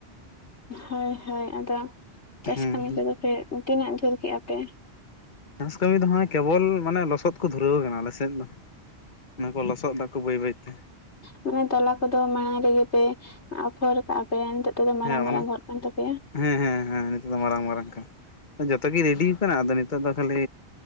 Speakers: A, on the left (about 80°); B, on the left (about 45°).
A: ᱦᱳᱭ ᱦᱳᱭ ᱟᱫᱚ, ᱪᱟᱥ
B: ᱦᱮᱸ
A: ᱠᱟᱹᱢᱤ ᱠᱚᱫᱚ ᱯᱮ ᱛᱤᱱᱟᱹᱜ ᱡᱷᱟᱹᱞ ᱠᱮᱜᱼᱟ ᱯᱮ
B: ᱪᱟᱥ ᱠᱟᱹᱢᱤ ᱫᱚ ᱦᱚᱸᱜᱼᱚᱭ ᱠᱮᱵᱚᱞ ᱢᱟᱱᱮ ᱞᱚᱥᱚᱫ ᱠᱩ ᱫᱷᱩᱨᱟᱹᱣ ᱟᱠᱟᱱᱟ ᱟᱞᱮ ᱥᱮᱫ ᱫᱚ ᱚᱱᱟ ᱠᱩ ᱞᱚᱥᱚᱫ ᱫᱟᱠᱩ ᱵᱟᱹᱭ ᱵᱟᱹᱭ ᱛᱮ
A: ᱢᱟᱱᱮ ᱛᱚᱞᱟ ᱠᱚᱫᱚ ᱢᱟᱲᱟᱝ ᱨᱮᱜᱮ ᱯᱮ ᱟᱯᱷᱚᱨ ᱠᱟᱜᱼᱟ ᱾ ᱟᱯᱮ ᱱᱤᱛᱚᱜ ᱫᱚ ᱛᱚ ᱢᱟᱨᱟᱝ
B: ᱦᱮᱸ
A: ᱢᱟᱨᱟᱝ
B: ᱚᱱᱟ
A: ᱦᱟᱨᱟᱜ ᱠᱟᱱ ᱛᱟᱯᱮᱭᱟ
B: ᱦᱮᱸ ᱦᱮᱸ ᱦᱮᱸ ᱱᱤᱛᱚᱜ ᱫᱚ ᱢᱟᱨᱟᱝ ᱢᱟᱨᱟᱝ ᱠᱟᱱᱟ ᱡᱚᱛᱚ ᱜᱮ ᱨᱮᱰᱤᱣ ᱠᱟᱱᱟ ᱟᱫᱚ ᱱᱤᱛᱚᱜ ᱫᱚ ᱠᱷᱟᱹᱞᱤ